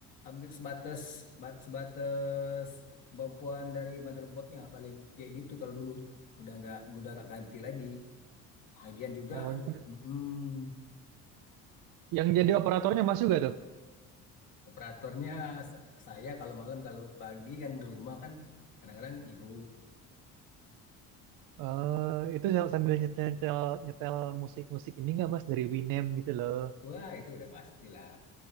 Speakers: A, on the left; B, on the right.
A: upgrade sebatas bat, sebatas kemampuan dari motherboardnya paling kayak gitu kalau dulu udah nggak udah nggak ganti lagi. Lagian juga
B: Oh,
A: mm,
B: yang jadi operatornya mas juga tuh.
A: operatornya sa- saya kalau malam kalau pagi kan di rumah kan kadang-kadang ibu
B: Eh itu sam- sambil nyetel nyetel, nyetel musik musik ini nggak mas dari Winem gitu loh.
A: Wah, itu udah pastilah.